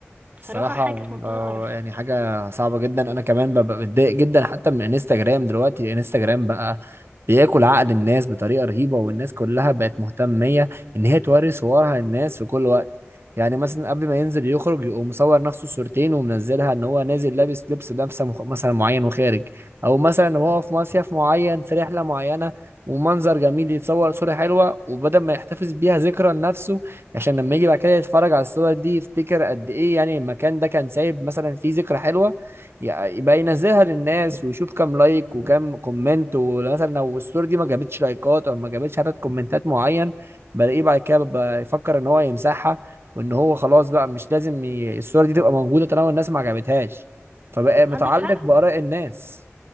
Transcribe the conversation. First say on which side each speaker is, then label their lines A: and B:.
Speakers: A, on the right; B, on the right.
A: بصراحة
B: الصراحة
A: حاجة في منتهى
B: آه،
A: القرف
B: يعني حاجة صعبة جدا أنا كمان ببقى متضايق جدا حتى من انستجرام دلوقتي انستجرام بقى بياكل عقل الناس بطريقة رهيبة والناس كلها بقت مهتمية إن هي توري صورها للناس في كل وقت يعني مثلا قبل ما ينزل يخرج يقوم مصور نفسه صورتين ومنزلها إن هو نازل لابس لبس لابسة مخ- مثلا معين وخارج أو مثلا وهو في مصيف معين في رحلة معينة ومنظر جميل يتصور صورة حلوة وبدل ما يحتفظ بيها ذكرى لنفسه عشان لما يجي بعد كده يتفرج على الصور دي يفتكر قد ايه يعني المكان ده كان سايب مثلا فيه ذكرى حلوة ي- يبقى ينزلها للناس ويشوف كام لايك وكام كومنت ومثلا لو الصورة دي ما جابتش لايكات او ما جابتش عدد كومنتات معين بلاقيه بعد كده بيبقى يفكر ان هو يمسحها وان هو خلاص بقى مش لازم ي... الصورة دي تبقى موجودة طالما الناس ما عجبتهاش فبقى متعلق
A: عندك حق
B: بآراء الناس